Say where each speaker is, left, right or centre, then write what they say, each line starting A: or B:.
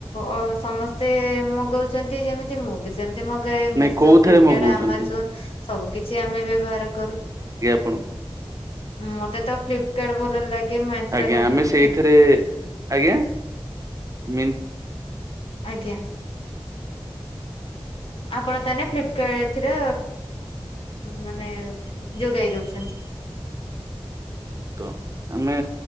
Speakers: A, on the left (about 75°); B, on the right (about 35°).
A: ଓ ସମସ୍ତେ ମଗଉଚନ୍ତି ଯେମିତି ମୁଁ ବି ସେମିତ ମଗାଏ
B: ନାଇଁ
A: ମେସୋ
B: କୋଉଥିରେ
A: ଫ୍ଲିପକାର୍ଟ
B: ମଗଉଛନ୍ତି?
A: ଆମାଜନ ସବୁ କିଛି ଆମେ ବ୍ୟବହାର କରୁ।
B: ଆପଣ
A: ମତେ ତ ଫ୍ଲିପକାର୍ଟ ଭଲ ଲାଗେ ମେନ୍ତ୍ରା
B: ଆଜ୍ଞା
A: ର
B: ଆମେ
A: ଟିକେ
B: ସେଇଥିରେ ଆଜ୍ଞା ମିନ
A: ଆଜ୍ଞା। ଆପଣ ତାହେଲେ ଫ୍ଲିପକାର୍ଟ ଏଥିର ମାନେ ଯୋଗାଇ ଦଉଚନ୍ତି।
B: ତ ଆମେ